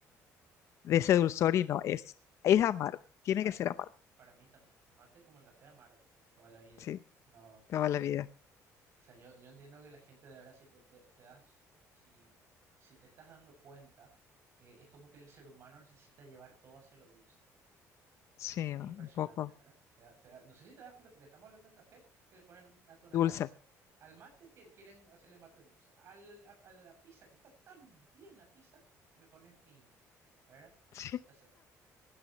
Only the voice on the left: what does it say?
de ese
dulzor y no, es, es amargo, tiene
que ser amargo,
sí,
toda la vida,
sí,
¿no?
un poco
dulce,
<laughs> sí,